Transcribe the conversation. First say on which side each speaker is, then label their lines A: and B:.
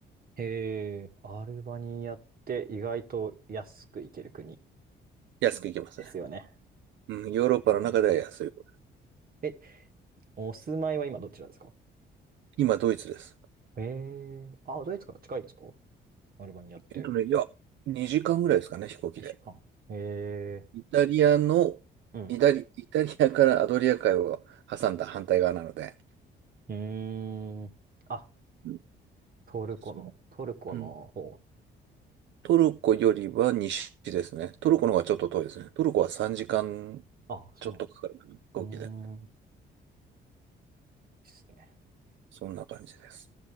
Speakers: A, on the right; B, on the right.
A: へえ、アルバニアって意外と安く行ける国
B: 安く行きますね。
A: ですよね。
B: うん、ヨーロッパの中では安い方。
A: へーえ、お住まいは今どちらですか
B: 今、ドイツです。
A: ええー、あ、ドイツから近いですかアルバニアって。
B: えっとね、いや、2時間ぐらいですかね、飛行機で。
A: 2時間。ええ
B: イタリアの、
A: ー、うん。
B: イタリ、イタリアからアドリア海を挟んだ反対側なので、
A: うーん。あ、
B: うん
A: トルコの、
B: そ
A: トルコの方。
B: ううんトルコよりは西ですね。トルコの方がちょっと遠いですね。
A: トルコより
B: トルコは3時間
A: あ、そうなんです。
B: ちょっとかかるかな、飛行機で。
A: うーん。いいっすね。
B: そんな感じです。